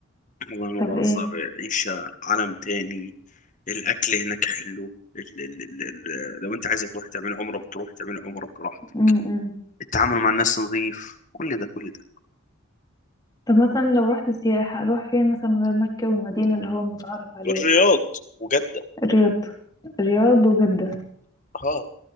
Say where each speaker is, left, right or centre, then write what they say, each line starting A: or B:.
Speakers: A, on the left (about 35°); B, on the left (about 15°).
A: والله ما
B: طب
A: بهزر
B: ايه
A: عيشه عالم تاني الاكل هناك حلو ال- ال- ال- ال- لو انت عايز تروح تعمل عمره بتروح تعمل عمره براحتك
B: امم
A: التعامل مع الناس نظيف كل ده كل ده
B: طب مثلا لو رحت سياحة اروح فين مثلا غير مكة والمدينة اللي هو متعارف عليه
A: الرياض وجدة
B: الرياض الرياض وجدة
A: اه